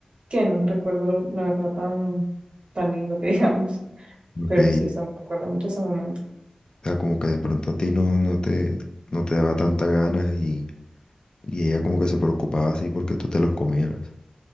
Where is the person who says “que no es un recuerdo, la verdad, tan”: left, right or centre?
Right